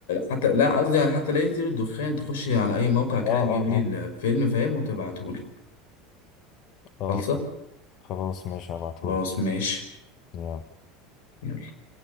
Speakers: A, on the left (about 70°); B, on the left (about 50°).
A: حتى لا قصدي على حتى لا يطير الدخان تخش على اي موقع كده
B: اه
A: تجيب
B: اه
A: لي
B: اه
A: الفيلم فاهم وتبعته لي
B: اه
A: خلصه
B: خلاص ماشي هبعتهولك
A: خلاص ماشي
B: يلا
A: يلا